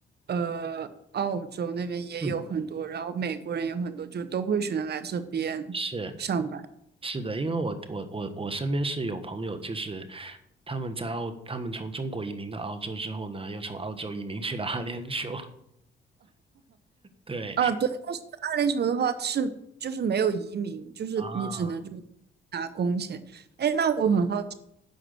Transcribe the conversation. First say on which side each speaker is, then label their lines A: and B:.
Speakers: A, on the right; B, on the right.
A: 呃澳洲那边也有很多，
B: 嗯
A: 然后美国人也有很多，就都会选择来这边上班
B: 是是的，因为我我我我身边是有朋友，就是他们在澳，他们从中国移民到澳洲之后呢，又从澳洲移民去了阿联酋，对
A: 啊。对，但是阿联酋的话是就是没有移民，就是你只能就是拿工钱。
B: 啊，
A: 哎，那我很好。